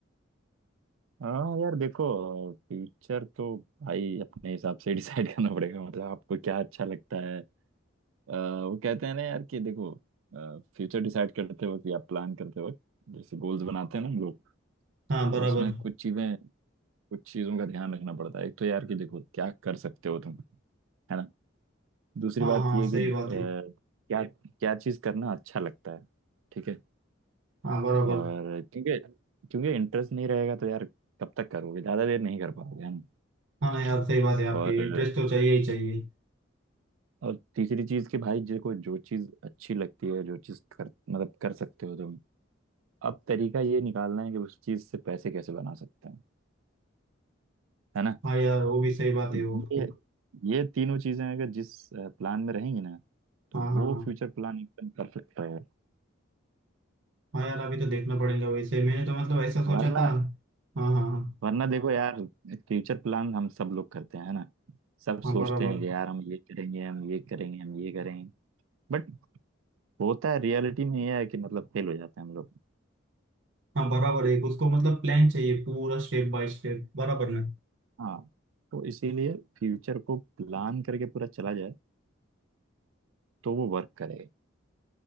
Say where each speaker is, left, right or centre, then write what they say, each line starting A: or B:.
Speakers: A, on the right (about 80°); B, on the right (about 70°).
A: हाँ यार देखो फ्यूचर तो भाई अपने हिसाब से <laughs> डिसाइड करना पड़ेगा मतलब आपको क्या अच्छा लगता है अ, वो कहते हैं ना यार कि देखो फ्यूचर डिसाइड करते वक्त या प्लान करते वक्त जैसे गोल्स बनाते हैं ना हम लोग
B: हाँ
A: तो
B: बराबर
A: उसमें कुछ चीजें कुछ चीजों का ध्यान रखना पड़ता है एक तो यार कि देखो क्या कर सकते हो तुम है ना दूसरी
B: हाँ
A: बात
B: हाँ
A: ये है
B: सही
A: कि अ,
B: बात है
A: क्या क्या चीज करना अच्छा लगता है ठीक है
B: हाँ बराबर
A: और क्योंकि क्योंकि इंटरेस्ट नहीं रहेगा तो यार कब तक करोगे ज्यादा देर नहीं कर पाओगे है ना
B: हाँ ना यार सही बात है आपकी
A: और
B: इंटरेस्ट तो चाहिए ही चाहिए
A: और तीसरी चीज कि भाई जो को जो चीज अच्छी लगती है जो चीज कर मतलब कर सकते हो तुम अब तरीका ये निकालना है कि उस चीज से पैसे कैसे बना सकते हैं है ना
B: हाँ यार वो भी सही बात
A: तो
B: है वो भी।
A: ये ये तीनों चीजें अगर जिस प्लान में रहेंगी ना तो
B: हाँ
A: वो
B: हाँ हाँ
A: फ्यूचर प्लान एकदम परफेक्ट रहेगा
B: हाँ यार अभी तो देखना पड़ेगा वैसे मैंने तो मतलब ऐसा सोचा
A: वरना
B: था हाँ हाँ हाँ
A: वरना देखो यार फ्यूचर प्लान हम सब लोग करते हैं है ना सब सोचते
B: हाँ बराबर
A: हैं कि यार हम ये करेंगे हम ये करेंगे हम ये करेंगे बट होता है रियलिटी में ये है कि मतलब फेल हो जाते हैं हम लोग
B: हाँ बराबर है उसको मतलब प्लान चाहिए पूरा स्टेप बाय स्टेप बराबर ना
A: हाँ तो इसीलिए फ्यूचर को प्लान करके पूरा चला जाए तो वो वर्क करेगा